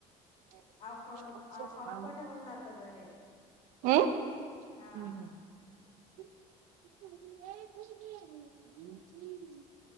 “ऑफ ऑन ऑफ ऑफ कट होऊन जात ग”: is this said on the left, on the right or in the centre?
Left